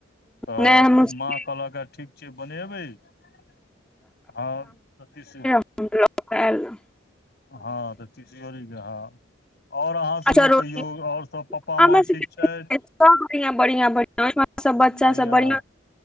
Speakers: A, on the left; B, in the centre.
A: तऽ
B: नहि हमहुँ
A: माँ कहलक ह ठीक छै बनेबै <unintelligible>
B: ल <unintelligible>
A: हँ तऽ तीसऔरी कऽ हँ और अहाँ सभके
B: आ चरौरी
A: कहियौ और सभ पप्पा
B: हमरा
A: माँ ठीक
B: सबके
A: छैथ
B: सब बढ़ियां बढ़ियां बढ़ियां ओहिठमा सब
A: हम
B: बच्चा
A: बढ़िआँ
B: सब बढ़ियां